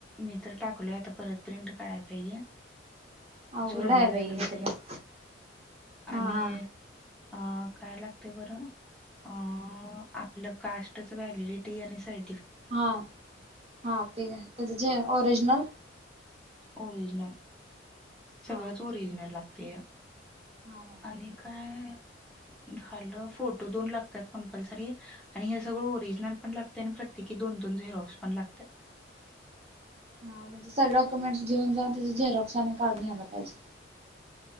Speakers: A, in the centre; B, on the right.
A: मी तर टाकलोय आता परत प्रिंट काढायला पाहिजे
B: अवघड
A: चुरगडायला
B: आहे बाई हे
A: लगत
B: सगळं
A: या
B: हा
A: आणि
B: हा
A: अ काय लागते बरं अ आपलं कास्टच व्हॅलिडिटी आणि साड
B: हा हा ते त्या जे ओरिजनल
A: ओरिजनल सगळंच
B: हा
A: ओरिजिनल लागते या
B: हा हा
A: आणि काय झालं फोटो दोन लागतात कंपल्सरी आणि हे सगळं ओरिजनल पणत आणि प्रत्येोन रॉक्स पण लागतात
B: हा म्हणजे सगळे डॉक्युमेंट्स घेऊन जाऊन त्या झेरॉक्स आणि काढून्यायला पाहिजे